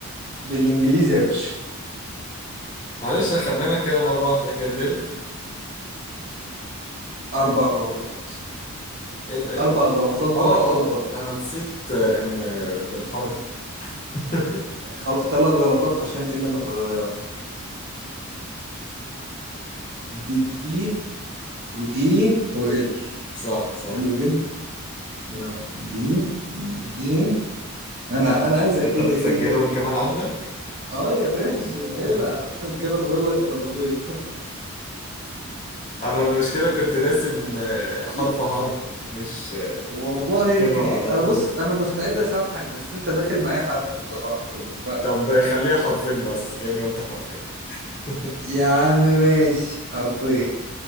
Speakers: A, on the right; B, on the left.
A: بالانجليزي يا باشا
B: معلش اخمنك كده مرة واحدة كده ديل
A: اربع غلطات
B: ايه ده ايه اللي
A: اربع
B: قرأ؟
A: غلطات باربع
B: اه
A: حروف
B: اه
A: غلط
B: انا نسيت آه، ان آه، بالحرف <laughs>
A: خل... ثلاث غلطات عشان ال متغير دي واي وال
B: صح صح
A: حلو كده يلا دي واي انا
B: انت
A: انا عايزك
B: انت
A: كده
B: بتسجلهم
A: ايه
B: كمان عندك
A: اه يا باشا
B: <laughs>
A: العب <laughs> كده فاضل لك غلطين
B: انا المشكلة كنت ناسي ان آه، حرف
A: <laughs>
B: حرف مش آه،
A: والله
B: مش الكلمة على
A: انا
B: طول
A: بص انا مستعد اسامحك بس انت داخل معايا حرب بصراحه فما-
B: طب آه، خليها حرفين بس كأني قلت حرفين <laughs>
A: يا عم ماشي حرفين